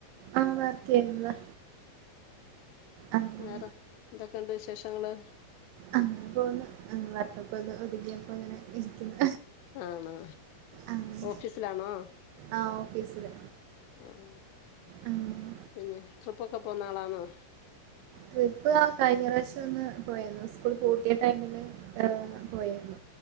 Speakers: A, on the right; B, on the left.
A: ആഹ് വർക്ക് ചെയ്യുന്നതാ ആഹ്
B: വേറെ എന്തൊക്കെണ്ട് വിശേഷങ്ങള്
A: അങ്ങനെ പോവുന്ന് വർക്കൊക്കെ ഒന്ന് ഒതുങ്ങിയപ്പോ ഇങ്ങനെ ഇരിക്കുന്നു
B: ആണോ
A: ആഹ്
B: ഓഫീസിലാണോ
A: ആഹ് ഓഫീസില്
B: ആഹ്
A: ആഹ്
B: പിന്നെ ട്രിപ്പൊക്കെ പോന്ന ആളാണോ
A: ട്രിപ്പ് ആ കഴിഞ്ഞ പ്രാവ്ശ്യം ഒന്ന് പോയേര്ന്നു സ്കൂൾ പൂട്ടിയ ടൈമില് ഏ്ഹ് പോയേര്ന്നു